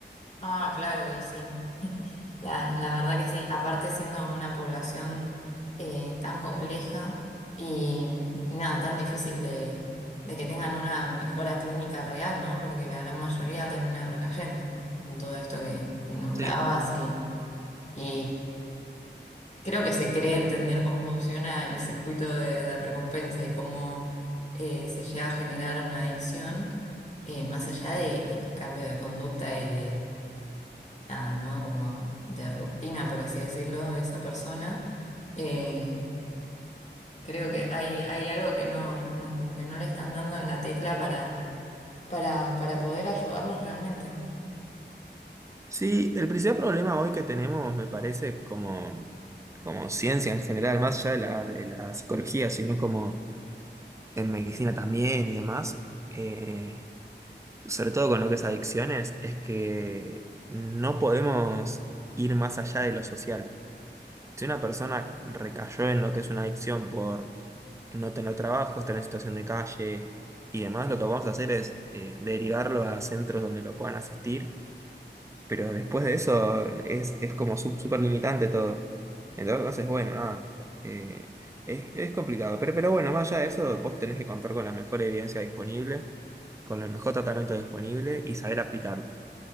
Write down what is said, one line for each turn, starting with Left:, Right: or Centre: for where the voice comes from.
Left: Ah, claro, y sí, <laughs> la, la verdad que sí. Aparte siendo una población eh, tan compleja y, y nada, tan difícil de, de que tengan una mejora clínica real, ¿no? Porque la gran mayoría termina recayendo con todo esto que, que nombrabas
Right: sí
Left: y, y Creo que se cree entender cómo funciona el circuito de, de recompensa y cómo eh, se llega a generar una adicción, eh, más allá del cambio de conducta y de, nada, ¿no? Como de rutina, por así decirlo, de esa persona. Eh, creo que hay, hay algo que no, no, como que no le están dando en la tecla para, para, para poder ayudarlos realmente.
Right: Sí, el principal problema hoy que tenemos, me parece, como, como ciencia en general, más allá de la, de la psicología, sino como en medicina también y demás, eh, sobre todo con lo que es adicciones, es que no podemos ir más allá de lo social. Si una persona recayó en lo que es una adicción por no tener trabajo, estar en situación de calle y demás, lo que vamos a hacer es eh, derivarlo a centros donde lo puedan asistir pero después de eso es, es como sup- súper limitante todo. Entonces, bueno, nada. eh, es, es complicado. Pero, pero bueno, más allá de eso, vos tenés que contar con la mejor evidencia disponible, con el mejor tratamiento disponible y saber aplicarlo.